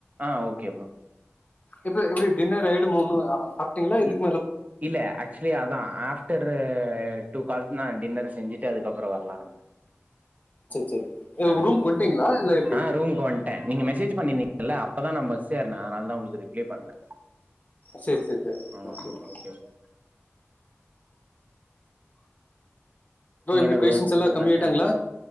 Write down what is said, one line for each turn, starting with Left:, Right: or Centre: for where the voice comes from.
Right: ஆஹ் ஓக்கே ப்ரோ
Left: இப்ப இப்படி டின்னர் ஆய்டு முனு சாப் ட்டிங்ளா இது
Right: இ இல்ல ஆக்சுலி அதா ஆஃப்டர்ரு டூ கால்ட்னா டின்னர் செஞ்சுட்டு அதுக்கப்றோ வரலானுருந்தே
Left: சரி சரி
Right: ஆஹ்
Left: ரூம் வந்துட்டீங்களா இல்லை எப்படி
Right: ஆஹ் ரூமுக்கு வன்டே நீங்க மெசேஜ் பண்ணிருந்தீங்கல்ல அப்பதா நா பஸ் ஸ் எருன்னே அதனால தா உங்ளுக்கு ரிப்ளே பண்ணல
Left: சேர் சேரி
Right: ஆ
Left: ஓகே ஓக்கே
Right: ப்ரோ நீங்க
Left: எப்படி
Right: என்ன ப்ரோ
Left: பேஷண்ட்ஸ் எல்லாம்
Right: சொ
Left: கம்மியாயிட்டாங்களா
Right: <unintelligible>